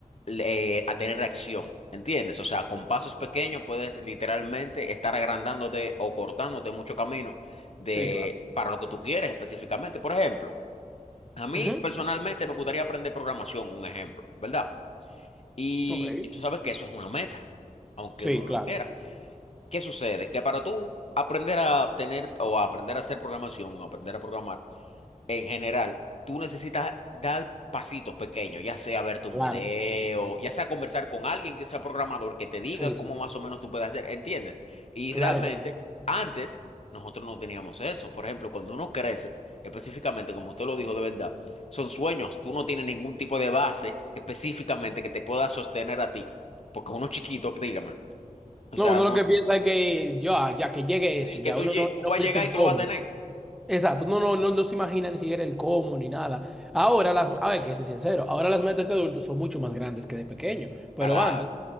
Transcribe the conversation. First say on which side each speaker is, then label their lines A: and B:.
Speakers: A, on the left; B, in the centre.
A: eh, a tener acción, ¿entiendes? O sea, con pasos pequeños puedes literalmente estar agrandándote o cortándote mucho camino de,
B: Sí, claro.
A: para lo que tú quieres específicamente. Por ejemplo. A mí
B: Ujú.
A: personalmente me gustaría aprender programación, un ejemplo, ¿verdad? Y
B: Ok.
A: tú sabes que eso es una meta, aunque
B: Sí,
A: uno no
B: claro,
A: lo quiera. ¿Qué sucede? Que para tú aprender a tener o a aprender a hacer programación, o aprender a programar, en general, tú necesitas dar pasitos pequeños, ya sea verte un
B: claro.
A: video, ya sea conversar con alguien que sea programador, que te diga
B: Sí,
A: cómo
B: sí,
A: más o menos tú puedes hacer, ¿entiendes? Y
B: claro
A: realmente,
B: que sí.
A: antes nosotros no teníamos eso. Por ejemplo, cuando uno crece, específicamente, como usted lo dijo de verdad, son sueños, tú no tienes ningún tipo de base específicamente que te pueda sostener a ti, porque uno chiquito, dígame, o
B: No,
A: sea,
B: uno
A: uno
B: lo que piensa es que ya, ya que llegue eso,
A: sí,
B: ya
A: que tú,
B: uno
A: lle-
B: no, no
A: tú vas
B: piensa
A: a llegar
B: el
A: y tú
B: cómo.
A: lo vas a tener.
B: Exacto, uno no, no, no se imagina ni siquiera el cómo ni nada. Ahora las, a ver, que soy sincero, ahora las metas de adultos son mucho más grandes que de pequeño, pero
A: Claro,
B: antes